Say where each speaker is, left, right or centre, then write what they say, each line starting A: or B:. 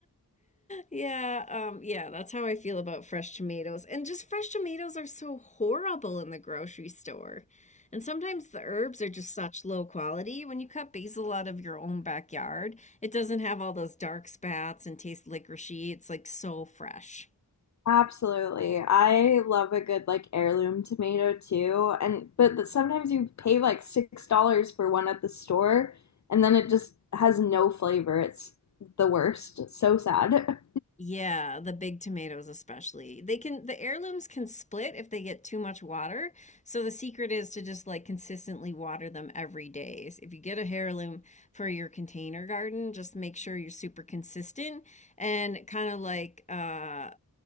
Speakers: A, on the left; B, on the left.
A: Yeah, um, yeah, that's how I feel about fresh tomatoes. And just fresh tomatoes are so horrible in the grocery store. And sometimes the herbs are just such low quality. When you cut basil out of your own backyard, it doesn't have all those dark spats and taste licoricey. It's like so fresh.
B: Absolutely. I love a good like heirloom tomato too. And but th- sometimes you pay like six dollars for one at the store and then it just has no flavor. It's the worst. It's So sad.
A: Yeah, the big tomatoes especially. They can the heirlooms can split if they get too much water. So the secret is to just like consistently water them every day. So If you get a heirloom for your container garden, just make sure you're super consistent and kind of like uh